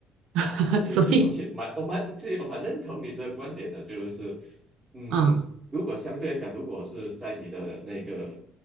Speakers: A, on the right; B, on the right.
A: <laughs>
B: 对，
A: 所以，
B: 是我其实蛮我蛮其实我蛮认同你这个观点的，就是嗯，
A: 嗯。
B: 如果相对来讲，如果是在你的那个